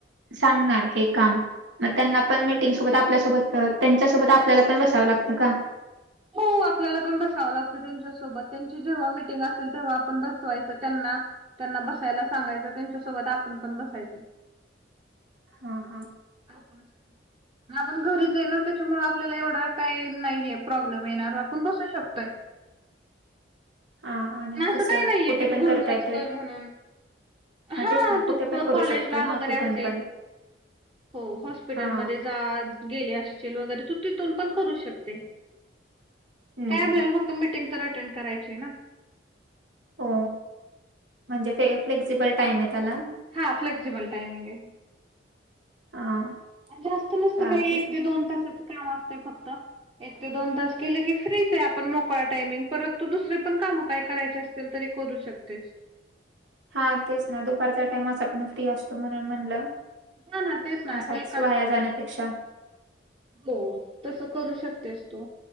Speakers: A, on the right; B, on the right.
A: सांगणार हे काम म त्यांना पण मीटिंग सोबत आपल्यासोबत त्यांच्यासोबत आपल्याला पण बसावं लागतं का?
B: हो आपल्याला पण बसावं लागतं त्यांच्यासोबत त्यांची जेव्हा मिटिंग असेल तेव्हा आपण बसवायचं त्यांना. त्यांना बसायला सांगायचं त्यांच्यासोबत आपण पण बसायचं.
A: हा हा.
B: <inaudible> आपण घरीच आय ना त्याच्यामुळे आपल्याला एवढा काही नाहीये प्रॉब्लेम येणार आपण बसू शकतोय.
A: हा आणि
B: अन् असं
A: कसं
B: काय नाहीये
A: कुठे
B: की
A: पण
B: तू
A: करता
B: घरूनच
A: येतोय.
B: कर म्हणून. हा
A: तेच ना कुठे
B: तू
A: पण करू
B: कॉलेज
A: शकतो
B: ला
A: ना
B: वगैरे
A: कुठून
B: असेल
A: पण.
B: हो हॉस्पिटलमध्ये
A: हा.
B: जा. गेले असशील वगैरे तू तिथून पण करू शकते.
A: हं,
B: काय
A: हं.
B: आपल्याला फक्त मीटिंग तर अटेंड करायची आय ना.
A: हो म्हणजे फे- फ्लेक्सिबल टाइम आय त्याला.
B: हा फ्लेक्सिबल टाइमिंग आय.
A: हा.
B: आणि जास्त नसतं
A: चालतंय
B: काय एक
A: चालतंय.
B: ते दोन तासाच काम असतं फक्त. एक ते दोन तास केले की फ्रीच आय आपण मोकोळा टायमिंग परत तू दुसर पण काम काय करायचे असतील तरी करू शकतेस.
A: हा तेच ना दुपारचा टाइम असा पण फ्री असतो म्हणून म्हणलं
B: हां ना तेच ना
A: आसाच
B: एकाच
A: वाया जाण्यापेक्षा
B: हो तस करू शकतेस तू.